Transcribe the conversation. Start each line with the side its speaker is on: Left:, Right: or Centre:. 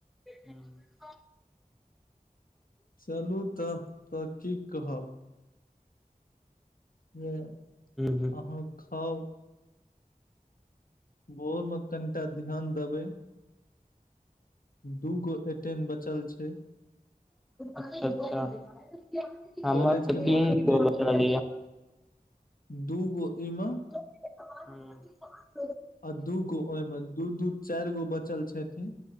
Centre: हूं।
Left: चलू तऽ तऽ की कहब। जे
Centre: हूँ
Left: अहाँ खाउ भोर मे कनिटा ध्यान देबै। दू गो एटेन बचल छै।
Centre: अच्छा अच्छा
Left: कॉलेज
Centre: हमर त
Left: के मौखिक
Centre: तीन गो बचाल या।
Left: दूगो ईमे
Centre: हूं।
Left: आ दूगो ओहिमे दू दू चारि गो बचल छेथिन।